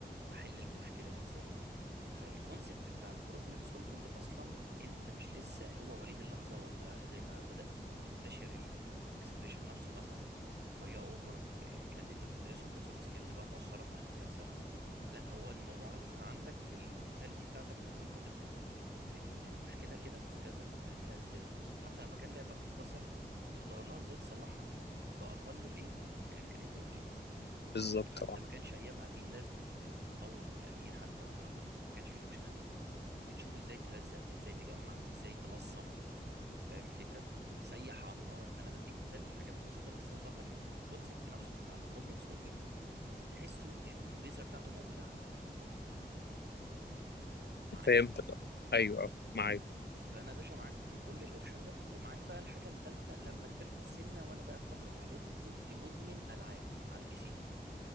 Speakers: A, on the right (about 80°); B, on the left (about 80°).
A: احل المشكله دي ازاي فالكونسبت بتاع البروبلم سولفنج اصلا انت مش لسه هو وليد اللحظه ولا زي ما بدا ينتشر الاكسبريشن نفسه مثلا بطريقه اوفر كان انت بتدرسه كسوفت سكيلز بقى مؤخرا اخر كام سنه لا هو الموضوع اساسا عندك في المينتاليتي بتاعتك من وانت طفل ان المشكله كده في كذا طب نعملها ازاي حتى لما كان لعبه تتكسر كنت بدور لها ازاي تصلحها باقل الايه بالامكانيات اللي في ايدك
B: بالظبط
A: حتى
B: أه
A: ما كانش ايامها فيه اللزق المتطور والامير حتى والكلام ده ما كانش فيه الاوبشنات دي كنت تشوف ازاي تلزق ازاي تجمع ازاي تلصم فاهم الفكره سيح على النار انا بديك مثال لحاجات بسيطه بس اوضح لك ان الكونسبت نفسه بتاع البروبلم سولفنج تحسه البذره بتاعته موجوده عندك معايا
B: فهمتك آه. أيوه أه معاك
A: فانا يا باشا معاك كل الاوبشن ده ومعاك بقى الحاجه الثالثه لما كبرت سنه وانا بقى في فتره اعدادي كنت مدمن العاب على البي سي طبعا